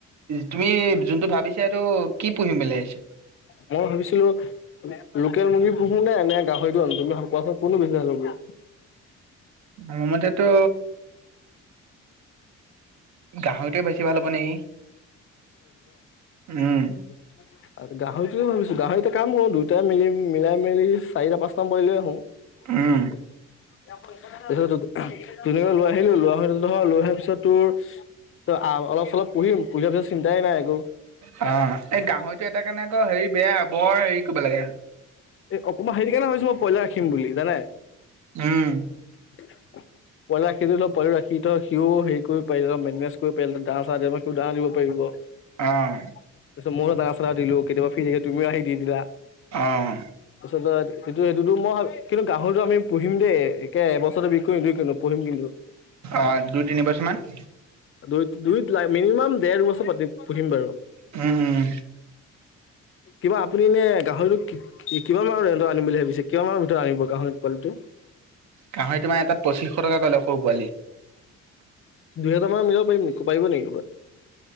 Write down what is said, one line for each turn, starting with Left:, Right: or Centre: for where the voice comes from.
Right: তুমি যোনটো ভাবিছা, এইটো কি পুহিম বুলি ভাবিছা?
Left: মই ভাবিছিলোঁ লোকেল মুৰ্গী পুহো নে, নে গাহৰিটো আনো তুমি কোৱাচোন কোনটো বেছি ভাল হব?
Right: আমাৰ মতেটো গাহৰিটোৱে বেছি ভাল হ'ব নেকি? উম।
Left: <unintelligible> আ গাহৰিটোৱে ভাবিছোঁ গাহৰিটোৱে কামোৰো দুইটাই মিলি - মিলাই -মিলি চাৰিটা - পাঁচটামান পোৱালী লৈ আহোঁ।
Right: উম
Left: <inaudible> এইটোত তো, তোলেও লৈ আহিলো, লৈ অহা নহয় লৈ অহা পিছত তোৰ ত আ অলপ চলপ পঢ়িম, পঢি লোৱা পিছত চিন্তাই নাই একো
Right: হাঁ এই এই গাহৰিতটো এটাৰ কাৰণে আকৌ হেৰি বেয়া বৰ হেৰি কৰিব লাগে
Left: এ অকণমান হেইটো কাৰনে ভাবিছো মই পইলা ৰাখিম বুলি, জানে?
Right: উম।
Left: <inaudible> পোৱালি ৰাখিবি ল পোৱালি ৰাখি ধৰ সি ত' সিও হেৰি কৰি পাৰিলে হ মনটেনেজ কৰিব পাৰিলে হয় দানা চানা দি টো দানা দিব পাৰিব।
Right: অঁহ
Left: তাৰপিছত ময়ো ডানা চানা দিলো, কেতিয়াবা ফ্ৰি হৈ তুমিও আহি দি দিলা।
Right: অঁহ।
Left: পিছতে এইটো সেইটোত মই, কিন্তু গাহৰিটো আমি পুহিম দেই। একে এবছৰতে বিকি কৰিম কিনো পুহিম কিন্তু।
Right: অঁ দুই তিনিবছৰ মান
Left: দুই দুইত নাই মিনিমাম দেৰ বছৰ পাতি পুহিম বাৰু।
Right: উম উম।
Left: কিবা আপুনি ইনে গাহৰিটো কি কিমানৰ ৰেঞ্জৰ আনিম বুলি ভাবিছে? কিমানৰ মানৰ ভিতৰত আনিব গাহৰি পোৱালিটো?
Right: গাহৰিটো মানে এটাত তাত পঁচিশ টকা কৈ লয় সৰু পোৱালি।
Left: দুহেজাৰ মান লৈ আহিব পাৰিম নি? পাৰিব নেকি ক'বাত?